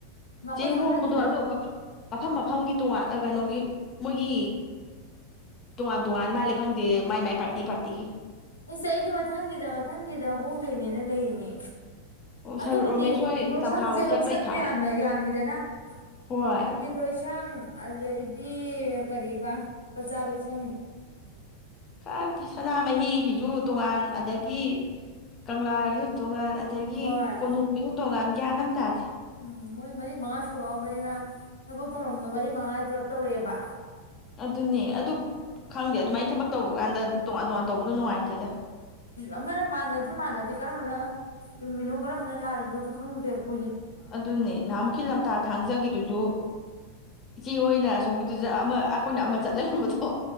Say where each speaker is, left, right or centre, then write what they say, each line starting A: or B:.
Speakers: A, on the left; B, on the left.
A: ꯃꯥ ꯑꯈꯣꯏꯗꯤ
B: ꯆꯦꯡ
A: ꯃꯊꯪꯒꯤꯗ
B: ꯍꯣꯡꯕꯗꯣ ꯑꯗꯣ ꯃꯐꯝ ꯃꯐꯝꯒꯤ ꯇꯣꯉꯥꯟ ꯀꯅꯣꯒꯤ ꯃꯣꯏꯒꯤ ꯇꯣꯉꯥꯟ ꯇꯣꯉꯥꯟ ꯃꯥꯜꯂꯦ ꯈꯪꯗꯦ ꯃꯥꯏ ꯃꯥꯏ ꯄꯥꯔꯇꯤ ꯄꯥꯔꯇꯤꯒꯤ
A: ꯑꯁ ꯑꯩꯗꯤ ꯃꯊꯪꯒꯤꯗ ꯃꯊꯪꯒꯤꯗ ꯍꯣꯡꯗꯣꯏꯅꯦꯅ ꯂꯩꯔꯤꯅꯦ
B: ꯑꯣ
A: ꯑꯗꯨꯕꯨꯗꯤ
B: ꯁꯔ ꯔꯣꯃꯦꯁ ꯍꯣꯏ
A: ꯂꯣꯏꯁꯪꯖꯦ
B: ꯇꯝꯐꯥ ꯍꯣꯏ ꯆꯠꯄꯩ
A: ꯂꯣꯏꯁꯪꯖꯦ
B: ꯊꯥꯔꯛꯑꯦ
A: ꯌꯥꯝꯅ ꯌꯥꯝꯃꯤꯗꯅ
B: ꯍꯣꯏ
A: ꯄꯟꯗꯤꯠ ꯂꯣꯏꯁꯪ ꯑꯗꯩꯗꯤ ꯀꯔꯤꯕ ꯄꯆꯥ ꯂꯣꯏꯁꯪ
B: ꯈꯪꯇꯦ ꯁꯅꯥꯃꯍꯤꯒꯤꯖꯨ ꯇꯣꯉꯥꯟꯅ ꯑꯗꯒꯤ ꯀꯪꯂꯥꯒꯤꯖꯨ ꯇꯣꯉꯥꯟ ꯑꯗꯒꯤ
A: ꯍꯣꯏ
B: ꯀꯣꯅꯨꯡꯒꯤꯖꯨ ꯇꯣꯉꯥꯟ ꯒ꯭ꯌꯥꯟ ꯃ ꯇꯥꯗꯦ
A: ꯎꯝ ꯃꯣꯏ ꯃꯔꯤ ꯃꯉꯥ ꯊꯣꯛꯑꯕꯅꯤꯅ ꯊꯕꯛ ꯊꯧꯔꯝꯗꯣ ꯃꯔꯤ ꯃꯉꯥ ꯄꯨꯂꯞ ꯇꯧꯔꯛꯑꯦꯕ
B: ꯑꯗꯨꯅꯦ ꯑꯗꯨ ꯈꯪꯗꯦ ꯑꯗꯨꯃꯥꯏ ꯊꯕꯛ ꯇꯧꯕ ꯀꯥꯟꯗ ꯇꯣꯉꯥꯟ ꯇꯣꯉꯥꯟ ꯇꯧꯕꯗꯣ ꯅꯨꯡꯉꯥꯏꯇꯦꯗ
A: ꯑꯃꯅ ꯃꯥꯟꯅꯖꯨ ꯃꯥꯟꯅꯗꯦ ꯀꯔꯝꯕꯅ ꯆꯨꯝꯃꯤꯅꯣ ꯀꯔꯝꯕꯅ ꯂꯥꯔꯤꯅꯣꯖꯨ ꯈꯪꯗ꯭ꯔꯦꯕ ꯑꯩꯈꯣꯏꯖꯦ
B: ꯑꯗꯨꯅꯦ ꯅꯍꯥꯟꯃꯨꯛꯀꯤ ꯂꯝꯇꯥ ꯊꯥꯡꯖꯒꯤꯗꯨꯖꯨ ꯏꯆꯦ ꯍꯣꯏꯅ ꯑꯁꯣꯝꯒꯤꯗꯨꯖꯨ ꯑꯃ ꯑꯩꯈꯣꯏꯅ ꯑꯃ ꯆꯠ ꯂꯩꯔꯝꯕꯗꯣ